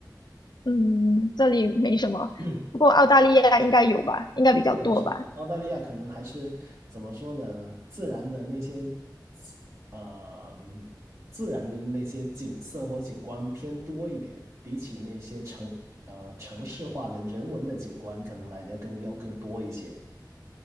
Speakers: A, on the left (about 65°); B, on the right (about 45°).
A: 嗯，
B: 嗯
A: 这里没什么，
B: <clears throat>
A: 不过澳大利亚应该有吧，应该比较多吧。
B: 是的，是的，澳大利亚可能还是怎么说呢？自然的那些，呃，自然的那些景色或景观偏多一点，比起那些城呃城市化的人文的景观，可能来的要更要更多一些。